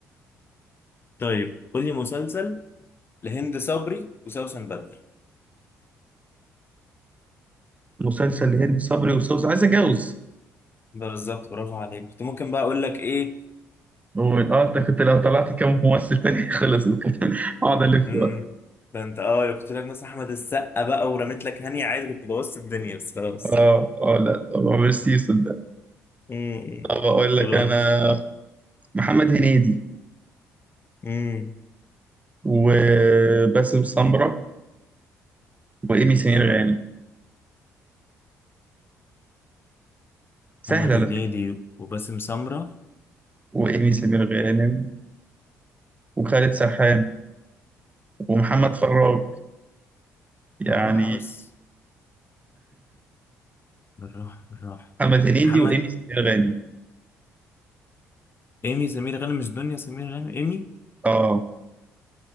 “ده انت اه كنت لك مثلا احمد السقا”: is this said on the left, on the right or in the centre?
Left